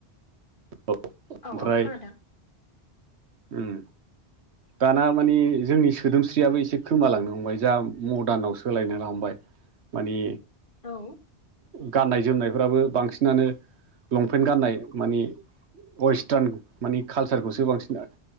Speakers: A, on the right (about 75°); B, on the left (about 50°).
A: औ ओमफ्राय
B: औ औ खोनादों
A: उम दाना मानि जोंनि सोदोमस्रियाबो एसे खोमालांनो हमबाय जा मदार्नाव सोलायनो लामबाय। माने
B: औ
A: गाननाय जोमनायफ्राबो बांसिनानो लंपेन्ट गाननाय माने वेस्टार्न माने कालसारखौसो बांसिन आ